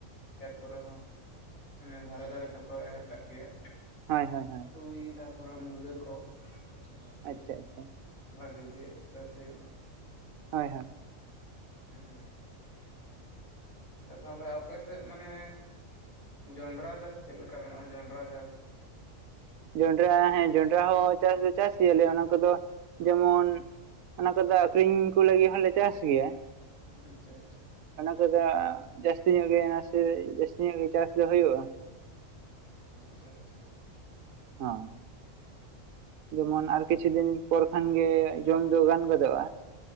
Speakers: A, on the left; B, on the right.
A: ᱠᱷᱮᱛ ᱠᱚᱨᱮ ᱦᱚᱸᱼᱼ ᱢᱟᱱᱮ ᱫᱷᱟᱨᱮ ᱫᱷᱟᱨᱮ ᱛᱮᱠᱚ ᱮᱨ ᱠᱟᱜ ᱜᱮᱭᱟ᱾
B: ᱦᱚᱭ ᱦᱚᱭ ᱦᱚᱭ᱾
A: ᱛᱩᱲᱤ ᱛᱟᱨᱯᱚᱨᱮ ᱢᱩᱞᱟᱹ ᱠᱚ᱾ ᱠᱟᱹᱴᱤᱡ
B: ᱟᱪᱪᱷᱟ ᱟᱪᱷᱟ᱾
A: ᱵᱷᱟᱜᱤ ᱜᱮ ᱪᱟᱥ ᱦᱩᱭᱩᱜ-ᱟ᱾
B: ᱦᱚᱭ ᱦᱚᱭ᱾
A: ᱦᱮᱸ ᱛᱚ ᱛᱟᱦᱚᱞᱮ ᱟᱯᱮ ᱥᱮᱜ ᱢᱟᱱᱮᱼᱼ ᱡᱚᱱᱰᱨᱟ ᱪᱟᱥ ᱪᱮᱫ ᱞᱮᱠᱟ ᱢᱮᱱᱟᱜ-ᱟ ᱡᱚᱱᱰᱨᱟ ᱪᱟᱥ?
B: ᱡᱚᱱᱰᱨᱟ ᱦᱮᱸ ᱡᱚᱱᱰᱨᱟ ᱦᱚᱸ ᱪᱟᱥ ᱫᱚ ᱪᱟᱥ ᱜᱮᱭᱟᱞᱮ ᱚᱱᱟ ᱠᱚᱫᱚ ᱡᱮᱢᱚᱱᱼᱼ ᱚᱱᱟ ᱠᱩᱫᱚ ᱟᱠᱷᱨᱤᱧ ᱠᱩ ᱞᱟᱹᱜᱤᱜ ᱦᱚᱸᱞᱮ ᱪᱟᱥ ᱜᱤᱭᱟ᱾
A: ᱟᱪᱪᱷᱟ ᱟᱪᱪᱷᱟ
B: ᱛᱮ‌ᱫᱚ ᱡᱟᱹᱥᱛᱤ ᱧᱚᱜ ᱜᱮ ᱱᱟᱥᱮ ᱡᱟᱹᱥᱛᱤ ᱧᱚᱜ ᱜᱮ ᱪᱟᱥ ᱫᱚ ᱦᱩᱭᱩᱜ-ᱟ᱾
A: ᱟᱪᱪᱷᱟ ᱟᱪᱷᱟ᱾
B: ᱦᱚᱸ᱾ ᱡᱮᱢᱚᱱ ᱟᱨ ᱠᱤᱪᱷᱩ ᱫᱤᱱ ᱯᱚᱨ ᱠᱷᱟᱱ ᱡᱚᱢ ᱫᱚ ᱜᱟᱱ ᱜᱚᱫᱚᱜ-ᱟ᱾